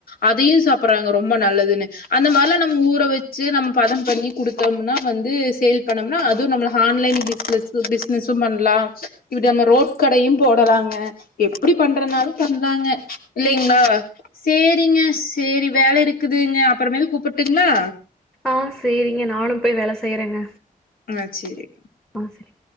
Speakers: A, on the left; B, in the centre.
A: அதையு சாப்படறாங்க ரொம்ப நல்லதுன்னு அந்த மாரிலா நம்ம ஊற வெச்சு நம்ம பதம் பண்ணி குடுத்த ம்னா வந்து சேல் பண்ணம்னா அதுவு நம்ம ஹான்லைன் பிசினஸ் பிசினஸ்ஸு பண்லா இப்டி நம்ம ரோட் கடையு போடலாங்க எப்படி பண்றனாலு பண்லாங்க இல்லைங்ளா சேரிங்க சேரி வேலை இருக்குதுங்க அப்பறமேல் கூப்புட்டுங்ளா
B: ஆ சேரிங்க நானும் போய் வேல செய்யறேங்க
A: ஆ சேரி
B: ஆ சரி